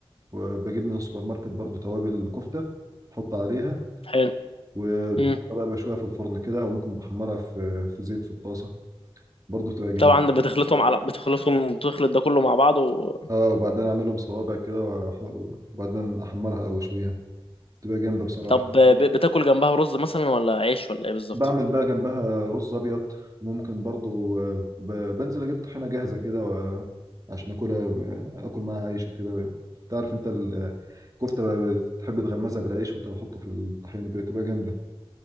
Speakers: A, on the right (about 35°); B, on the left (about 65°).
A: وبجيب من السوبر ماركت برضو توابل كفتة أحط عليها
B: حلو
A: وبحطها
B: امم
A: بقى بشويها في الفرن كده أو ممكن بحمرها في في زيت في الطاسة برضو بتبقى جامد
B: طبعا ده بتخلطهم على بتخلطهم بتخلط ده كله مع بعض و...
A: اه وبعدين أعملهم صوابع كده وأح- وبعدين أحمرها أو أشويها بتبقى جامدة بصراحة
B: طب آه، ب- بتاكل جنبها رز مثلا ولا عيش ولا ايه بالظبط
A: بعمل بقى جنبها رز ابيض ممكن برضو آه، ب- بنزل اجيب طحينه جاهزه كده آه، عشان اكلها آه، اكل معاها عيش وكده تعرف انت الكفته بقى بتحب تغمزها بالعيش وتحطه في الطحينه بتبقى جامده